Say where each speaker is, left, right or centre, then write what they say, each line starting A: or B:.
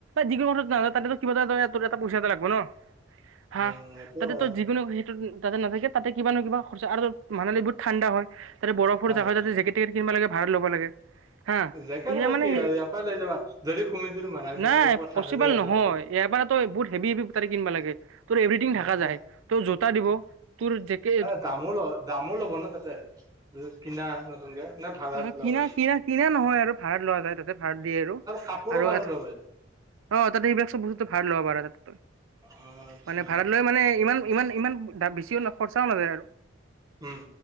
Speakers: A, on the right (about 75°); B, on the right (about 20°).
A: যিকোন ক না তো কিবা এটা এটা পইচা এটা লাগব ন হা
B: উম, সেইটো
A: তাতে
B: হয়
A: তোৰ যিকোনো সেইটো তাতে নাথাকি তা কিবা নো কিবা খৰচা আৰু মানুহ বহু ঠাণ্ডা হয় তাতে বৰফৰ
B: ঠাণ্ডা
A: জেগা যা জেকেট টেকেট কিনবা লাগে ভাড়াত লব লাগে। হা
B: জেকেট
A: এইগিলা
B: আৰু
A: মানে
B: কি আৰু ইয়াৰ পৰা লৈ যাবা যদি তুমি যদি মানালী চানালী
A: নাই
B: ক'ৰবাত ঠাণ্ডা
A: পচিবল
B: জেগাত
A: নহয়
B: যোৱা
A: এবাৰ তই বহুত হেভি তাৰে কিনিবা লাগে তোৰ এভথিং
B: সেইটো
A: থকা যাই তোৰ জোতা দিব তোৰ জেকেট
B: দামো ল দামো ল'ব ন তাতে কিনা নতুনকে নে ভাড়াত
A: অ
B: লয়
A: কিনা কিনা কিনা নহয় ভাড়াত লোৱা যায় তাতে ভাড়াত দিয়ে আৰু
B: কাপোৰো
A: আৰু
B: ভাড়াত
A: এ
B: ল'ব পাৰি
A: অ তাতে এইবিলাক চব বস্তু ভাড়াত ল'ব পাৰ তই
B: অ আচ্ছা
A: মানে ভাড়াত লৈ মানে ইমান ইমান ইমান বেছিও খৰচাও নাযায় আৰু
B: উম